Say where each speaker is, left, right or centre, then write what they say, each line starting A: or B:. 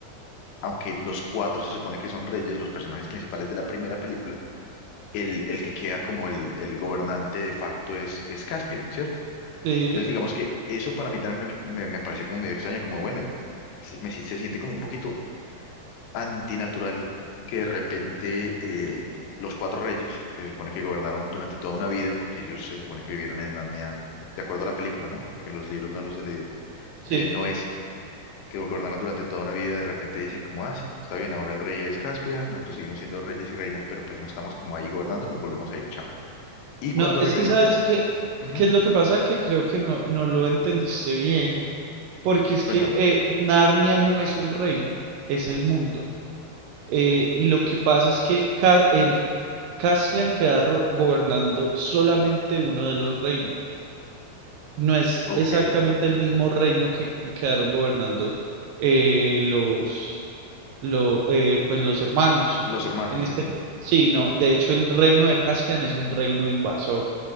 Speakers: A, on the left; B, on the right.
A: aunque los cuatro se supone que son reyes, los personajes principales de la primera película, el, el que queda como el, el gobernante de facto es, es Caspian, ¿cierto?
B: Sí,
A: Entonces, digamos que eso para mí también me, me- me pareció como medio extraño, como bueno, se- me, si- se siente como un poquito antinatural que de repente eh, los cuatro reyes, que se supone que gobernaron durante toda una vida, porque ellos se supone que vivieron en Narnia, de acuerdo a la película, ¿no? Porque en los libros no los he leído,
B: sí.
A: eh, no ese, que gobernaron durante toda una vida, de repente dicen como, ah, sí, está bien, ahora el rey es Caspian, nosotros seguimos siendo reyes y reinas, pero pues no estamos como ahí gobernando, nos volvemos a ir, chao. Y cuando
B: No, es
A: regresan,
B: que sabes qué,
A: ujú,
B: qué es lo que pasa, que creo que no, no lo entendiste bien, porque es
A: cuéntame,
B: que eh, Narnia no es un reino, es el mundo. Eh, y lo que pasa es que Ca- el Caspian queda ro- gobernando solamente uno de los reinos. No es
A: ok,
B: exactamente el mismo reino que quedaron gobernando eh, los, lo, eh, pues los hermanos.
A: los hermanos,
B: En este,
A: ujú,
B: sí, no, de hecho el reino de Caspian es un reino invasor